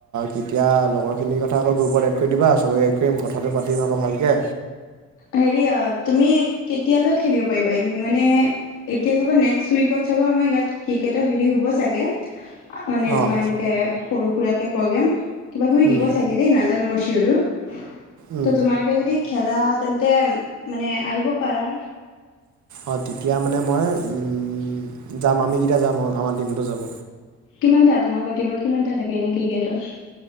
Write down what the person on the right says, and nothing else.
কেতিয়া লগৰখিনিৰ কথা আকৌ গ্ৰুপত এড কৰি দিবা চবকে এড কৰিম কথাটো পাতিম আকৌ ভালকে।
অঁ
উম
উম।
অঁ তেতিয়া মানে মই উম যাম আমি কেইটা যাম আমাৰ টিমটো যাব।